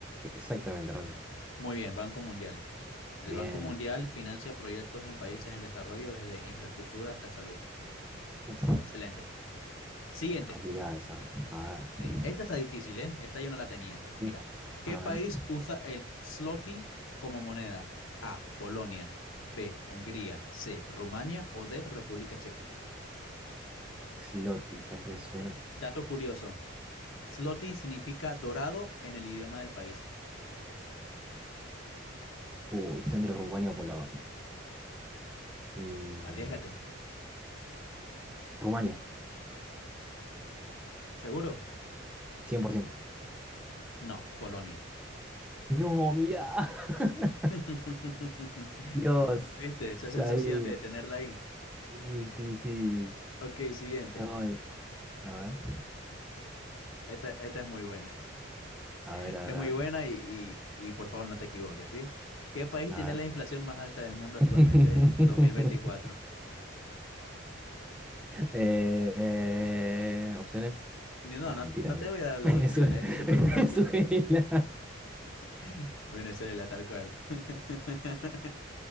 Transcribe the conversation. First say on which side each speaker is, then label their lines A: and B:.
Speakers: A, in the centre; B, on the left.
A: Exactamente, Ronnie.
B: Muy bien, Banco Mundial. El
A: Bien.
B: Banco Mundial financia proyectos en países en desarrollo desde infraestructura hasta salud.
A: Uf,
B: Excelente. Siguiente.
A: es complicada esa. A ver.
B: Sí. Esta está difícil, ¿eh? Esta yo no la tenía. Mira.
A: Uf,
B: ¿Qué
A: a
B: país
A: ver.
B: usa el zloty como moneda? A. Polonia. B. Hungría. C. Rumania. O D. República Checa.
A: Sloty, ¿sabes qué me suena?
B: Dato curioso. Zloty significa dorado en el idioma del país.
A: Uy, está entre Rumania o Polonia. Mm,
B: Arriésgate.
A: Rumania,
B: ¿Seguro?
A: 100%.
B: No. Polonia.
A: No, mirá. <laughs>
B: <laughs>
A: Dios.
B: ¿Viste? Esa sensación
A: Sabía.
B: de tenerla ahí.
A: Sí, sí, sí.
B: Ok, siguiente.
A: No, eh, a ver.
B: Esta, esta es muy buena. <laughs>
A: A ver, a
B: Es
A: ver,
B: muy
A: a
B: buena
A: ver.
B: y, y, y por favor no te equivoques, ¿sí? ¿Qué país
A: A
B: tiene la
A: ver.
B: inflación más alta del mundo actualmente,
A: <laughs>
B: 2024?
A: Eh, eh, opciones.
B: Ni- No,
A: Nada,
B: no,
A: mentira,
B: no
A: Vene-
B: te voy a
A: <laughs>
B: dar las
A: Venezuela.
B: opciones, es súper
A: <laughs> Venezuela.
B: fácil. <laughs> Venezuela, tal cual. <laughs>